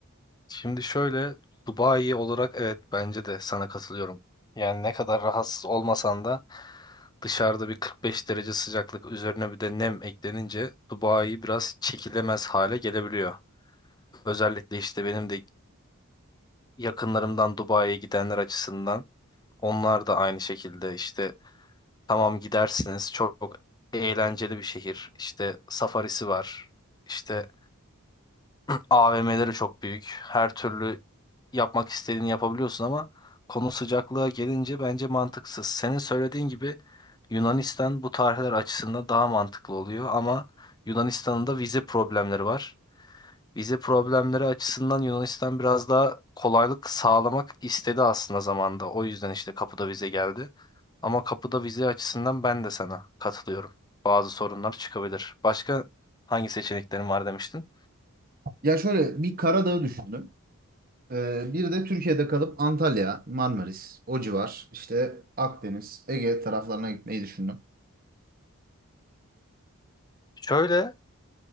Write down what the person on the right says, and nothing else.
Ya şöyle bir Karadağ'ı düşündüm. Ee, bir de Türkiye'de kalıp Antalya, Marmaris, o civar, işte Akdeniz, Ege taraflarına gitmeyi düşündüm.